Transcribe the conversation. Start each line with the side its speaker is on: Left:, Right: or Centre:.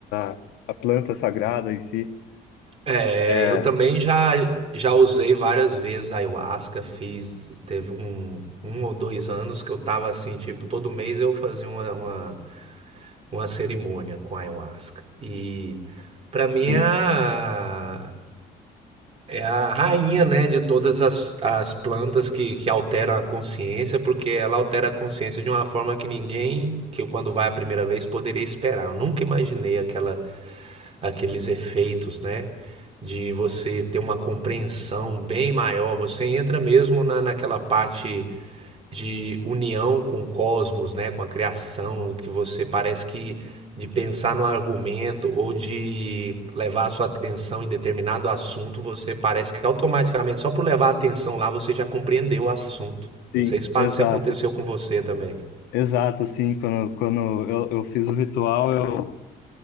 Left: a, a planta sagrada em si.
Right: É,
Left: É,
Right: eu também já já usei várias vezes a ayahuasca, fiz teve um um ou 2 anos que eu tava assim, tipo, todo mês eu fazia uma uma uma cerimônia com a ayahuasca. E pra mim
Left: sim,
Right: é a é a rainha, né, de todas as as plantas que que alteram a consciência, porque ela altera a consciência de uma forma que ninguém que eu quando vai a primeira vez poderia esperar. Eu nunca imaginei aquela Aqueles efeitos, né, de você ter uma compreensão bem maior, você entra mesmo na naquela parte de união com o cosmos, né, com a criação, que você parece que de pensar no argumento ou de levar a sua atenção em determinado assunto, você parece que automaticamente, só por levar a atenção lá, você já compreendeu o assunto.
Left: sim,
Right: Não sei se pa-
Left: exato.
Right: se aconteceu com você também.
Left: Exato, sim. Quando, quando eu, eu fiz o ritual, eu